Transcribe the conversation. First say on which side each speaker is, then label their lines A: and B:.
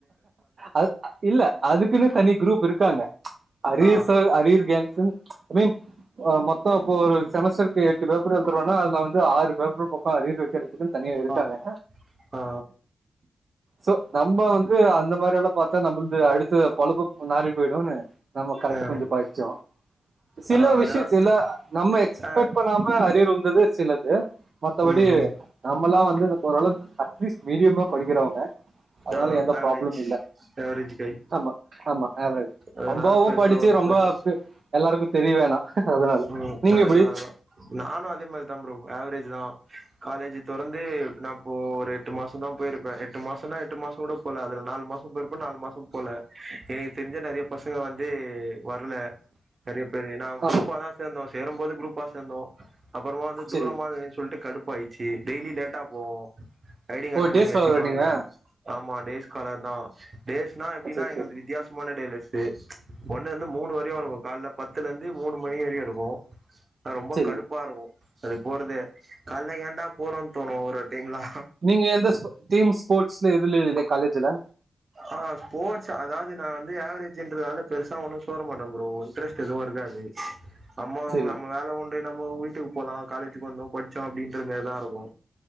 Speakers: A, on the right; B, on the right.
A: அ இல்ல அதுக்குன்னு தனி குரூப் இருக்காங்க அரியர்ஸு
B: ஆ
A: அரியர் கேங்சுன் ஐ மீன் மொத்த இப்ப ஒரு செமஸ்டருக்கு எட்டு பேப்பர் எழுதுறோனா அதுல வந்து ஆறு பேப்பர் பக்க அரியர் வெக்கிறதுக்குன் தனியா இருக்காங்க
B: ஆ ஆ
A: சோ நம்ப வந் இந்த மாரி எல்லா பாத்தா நம்மளது அடுத்து பொழப்பு நாறி போயிடுன்னு நம்ம கரெக்டா
B: ஆ
A: கொஞ்ச படிச்சோ சில
B: ஆ
A: விஷய
B: அதெல்லா
A: சில நம்ம எக்ஸ்பெக்ட்
B: ஆ
A: பண்ணாம அரியர் வந்தது சிலது மத்தபடி
B: ம்
A: இது
B: ம்
A: நம்மலா வந்து ஓரளவுக்கு அட்லீஸ்ட் மீடியமா படிக்கிறவங்க அதனால
B: ஆ
A: எந்த
B: ஆவரேஜ்
A: ப்ராப்ளம் இல்ல
B: ஆவரேஜ் கை
A: ஆமா ஆமா ஆவரேஜ்
B: அதனால
A: ரொம்பாவு
B: பெருசா
A: படிச்சு
B: ஒன்னு
A: ரொம்ப
B: ப்ராப்ளம்
A: எல்லாருக்கு தெரிய வேணா அதனால
B: ம்
A: நீங்க
B: அதுதா
A: எப்டி
B: அதா நானு அதே மாரிதா ப்ரோ ஆவரேஜ்தா காலேஜ் தொறந்து நா இப்ப ஒரு எட்டு மாசந்தா போயிருப்பே எட்டு மாசன்னா எட்டு மாசங் கூட போல அதுல நாலு மாச போயிருப்பே நாலு மாசம் போல எனக்கு தெரிஞ்ச நெறைய பசங்க வந்து வரல நெறய பேரு நா
A: ஆ
B: குரூப்பாதா சேந்தோ சேரும்போது குரூப்பா சேந்தோ அப்பறமா வந்து
A: செரி
B: தூரமா இருக்து சொல்லிட்டு கடுப்பாயிச்சு டெய்லி லேட்டா போவோ ஐடிங் கார்டு
A: ஓ
B: புடிங்கி
A: டேஸ்
B: வச்சுப்பாங்க
A: காலரா நீங்க
B: ஆமா டேஸ் காலர் தா டேஸ்னா எப்டின்னா
A: செரி
B: எங்களுக்கு
A: செரி
B: வித்தியாசமான டேலர்ஸு ஒன்னு லந்து மூணு வரையு கால்ல பத்துலந்து மூணு மணி வரியு இருக்கு ரொம்ப
A: செரி
B: கடுப்பா இருக்கு அது போறதே கால்ல ஏண்டா போறோன்னு தோணு ஒரு ஒரு டைம்லா
A: நீங்க எந்த டீம் ஸ்போர்ட்ஸ்ல எதுல இல்ல காலேஜ்ல
B: ஆஹ் ஸ்போர்ட்ஸ் அதாவது நா வந்து ஆவ்ரேஜ் ரால பெருசா ஒன்னும் சோற மாட்ட ப்ரோ இன்ட்ரெஸ்ட் எதுவு இருக்காது நம்ம
A: செரி
B: நம்ம வேலை உண்டு நம்ம வீட்டுக்கு போலா காலேஜுக்கு வந்தோ படிச்சோ அப்டின்ற மேரிதா இருக்கு